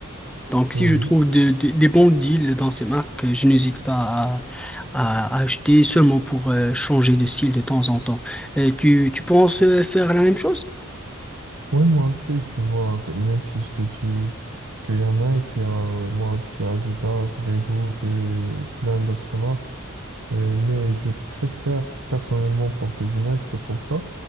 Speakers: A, in the centre; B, on the right.
A: Donc,
B: oui.
A: si je trouve de- de- des bons deals dans ces marques, euh, je n'hésite pas à, à- à acheter seulement pour euh, changer de style de temps en temps. Euh, tu, tu penses euh, faire la même chose?
B: Ouais, moi aussi, tu vois, que même si je te dis qu'il y en a et qu'il y a euh, moi aussi Adidas, Reebok et plein d'autres marques, euh, mais je préfère personnellement porter du Nike, c'est pour ça.